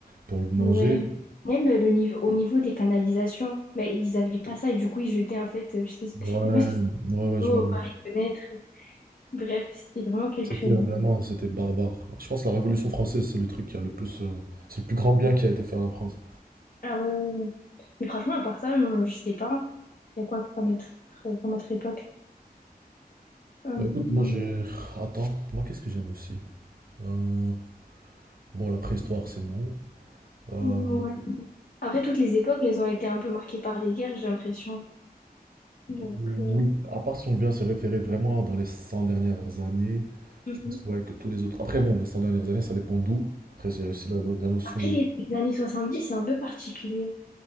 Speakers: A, on the right; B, on the left.
A: pour le manger.
B: ouais. Même euh, le niveau, au niveau des canalisations, ben, ils avaient pas ça et du coup, ils jetaient, en fait, euh, je sais, je
A: Ouais,
B: sais pas si ça...
A: ouais, ouais,
B: Oh,
A: je vois.
B: par les fenêtres. Bref, c'était vraiment quelque
A: C'était
B: chose,
A: vraiment,
B: en fait.
A: c'était barbare. Je pense que la Révolution française, c'est le truc qui a le plus, euh, c'est le plus grand bien qui a été fait à la France.
B: Ah ouais. Mais franchement, à part ça, non, je sais pas. Il y a quoi comme, être, euh, comme autre époque? Euh,
A: Bah écoute, moi j'ai, attends, moi qu'est-ce que j'aime aussi? Euh, Bon, la préhistoire, c'est non. Euh,
B: ouais. Après, toutes les époques, elles ont été un peu marquées par les guerres, j'ai l'impression. Donc,
A: Oui,
B: euh,
A: à part si on vient se référer vraiment dans les 100 dernières années,
B: mhm.
A: je pense ouais, que tous les autres. Après bon, les 100 dernières années, ça dépend d'où. Après, c'est aussi la, la notion.
B: Après, les, les années dix c'est un peu particulier.